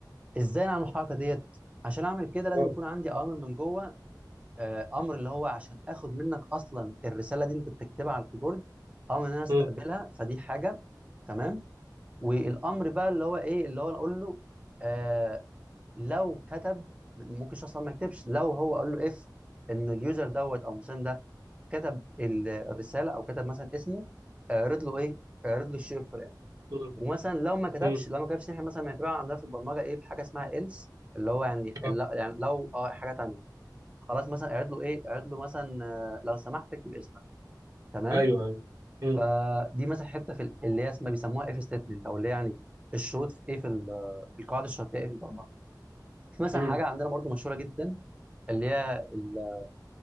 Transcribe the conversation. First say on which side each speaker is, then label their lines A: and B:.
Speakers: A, on the right; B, on the right.
A: ازاي نعمل الحركه ديت عشان اعمل كده لازم
B: اه
A: يكون عندي اوامر من جوه آه، امر اللي هو عشان اخد منك اصلا الرساله دي انت بتكتبها على الكيبورد امر ان انا استقبلها
B: مم.
A: فدي حاجه تمام والامر بقى اللي هو ايه اللي هو انا اقول له آه لو كتب ممكن الشخص أصلاً ما يكتبش لو هو قال له اف ان اليوزر دوت او مسان ده كتب ال- الرساله او كتب مثلا اسمه اعرض له ايه اعرض له الشيء الفلاني
B: مم.
A: ومثلا لو ما كتبش
B: مم.
A: لو ما كتبش احنا مثلا بنعتبرها عندنا في البرمجه ايه بحاجه اسمها else اللي هو يعني لا-
B: آه.
A: يعني لو اه حاجه تانيه خلاص مثلا اعرض له ايه اعرض له مثلا آه، لو سمحت اكتب اسمك تمام
B: ايوه ايوه مم.
A: فدي مثلا حته في ال- اللي هي اسمها بيسموها اف ستيتمنت او اللي هي يعني الشروط في ايه في ال- آه، القواعد الشرطيه ايه في البرمجه في مثلا
B: مم.
A: حاجه عندنا برضو مشهوره جدا اللي هي ال-